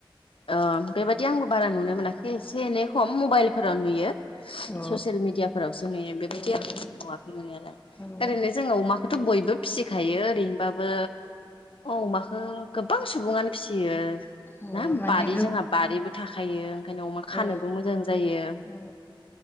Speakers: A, on the left; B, on the left.
A: ओ बेबायदि आंबो बारा नुनो मोनाखै एसे एनै खम मबाइलफोराव नुयो।
B: औ
A: ससियेल मिडियाफोरावसो नुयो बेबायदि
B: औ
A: आं नुवाखै नुनायालाय
B: औ
A: ओरैनो जोङो अमाखोथ' बयबो फिसिखायो ओरैनोबाबो अमाखो गोबां सुबुङानो। फियो
B: औ
A: ना
B: माने
A: बारि
B: गो
A: जोंहा बारिबो थाखायो ओंखायनो अमा खानोबो
B: औ
A: मोजां जायो
B: औ